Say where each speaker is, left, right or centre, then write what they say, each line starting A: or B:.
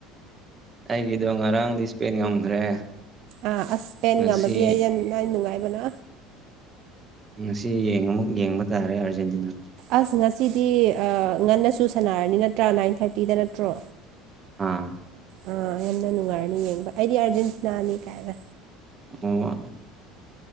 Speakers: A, on the right; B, on the right.
A: ꯑꯩꯒꯤꯗꯣ ꯉꯔꯥꯡꯗꯤ ꯏꯁꯄꯦꯟ ꯉꯝꯈ꯭ꯔꯦ꯫
B: ꯑꯥ ꯑꯁ ꯄꯦꯟꯒꯕꯗꯤ
A: ꯉꯁꯤ
B: ꯑꯩ ꯅꯨꯡꯉꯥꯏꯕꯅ
A: ꯉꯁꯤ ꯌꯦꯡ ꯑꯃꯨꯛ ꯌꯦꯡꯕ ꯇꯥꯔꯦ ꯑꯥꯔꯖꯦꯟꯇꯤꯅꯥ
B: ꯑꯁ ꯉꯁꯤꯗꯤ ꯑ ꯉꯟꯅꯁꯨ ꯁꯥꯟꯅꯔꯅꯤ ꯅꯠꯇ꯭ꯔꯥ ꯅꯥꯏꯟ ꯊꯥꯔꯇꯤꯗ ꯅꯠꯇ꯭ꯔꯣ꯫
A: ꯑꯥ꯫
B: ꯑꯥ ꯌꯥꯝꯅ ꯅꯨꯡꯉꯥꯏꯔꯅꯤ ꯌꯦꯡꯕ ꯑꯩꯗꯤ ꯑꯥꯔꯖꯦꯟꯇꯤꯅꯥꯅꯤ ꯀꯥꯏꯅ
A: ꯑꯣꯋꯥ